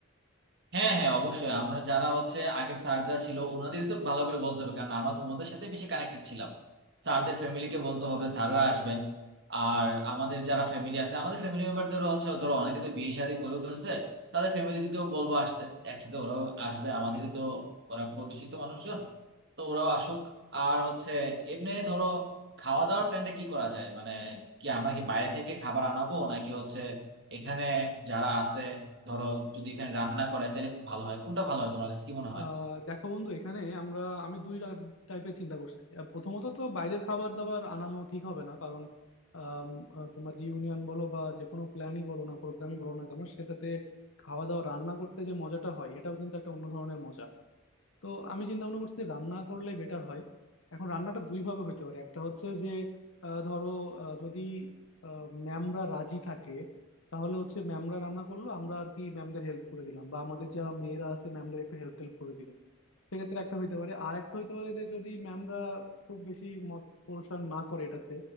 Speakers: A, on the right (about 55°); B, on the left (about 80°).
A: হ্যাঁ হ্যাঁ অবশ্যই আমরা যারা হচ্ছে আগের স্যাররা ছিল ওনাদেরই তো ভালো করে বলতে হবে কারণ আমরা তো ওনাদের সাথে বেশি কানেক্টেড ছিলাম স্যারদের ফ্যামিলিকে বলতে হবে স্যাররা আসবেন আর আমাদের যারা ফ্যামিলি আছে আমাদের ফ্যামিলি মেম্বারদেরও হচ্ছে ধরো অনেকে তো বিয়ে শাদী করেও ফেলছে তাদের ফ্যামিলিকেও বলবো আসতে একসাথে ওরাও আসবে আমাদেরই তো ওরা পরিচিত মানুষজন তো ওরাও আসুক আর হচ্ছে এমনি ধরো খাওয়া দাওয়ার প্ল্যানটা কি করা যায় মানে কি আমরা কি বাইরে থেকে খাবার আনাবো নাকি হচ্ছে এখানে যারা আছে ধরো যদি এখানে রান্না করায় তাহলে খুব ভালো হয় কোনটা ভালো হয় তোমার কাছে কি মনে
B: আহ
A: হয়
B: দেখো বন্ধু এখানে আমরা আমি দুই টাইপের চিন্তা করছি আহ, প্রথমত তো বাইরের খাবার দাবার আনানো ঠিক হবে না কারণ আম, আহ, তোমার রিউনিয়ন বলো বা যে কোনো প্ল্যানই বলো না প্রোগ্রামই বলো না কেন সেটাতে খাওয়া দাওয়া রান্না করতে যে মজাটা হয় এটাও কিন্তু একটা অন্য ধরনের মজা তো আমি চিন্তা ভাবনা করছি রান্না করলে বেটার হয় এখন রান্নাটা দুই ভাবে হইতে পারে একটা হচ্ছে যে আহ, ধরো আহ, যদি ম্যামরা রাজি থাকে তাহলে হচ্ছে ম্যামরা রান্না করলো আমরা আর কি ম্যামদের হেল্প করে দিলাম বা আমাদের যারা মেয়েরা আছে ম্যামদের একটু হেল্প টেল্প করে দিল সেক্ষেত্রে একটা হইতে পারে আর একটা হইতে পারে যে যদি ম্যামরা খুব বেশি মত পোষণ না করে এটাতে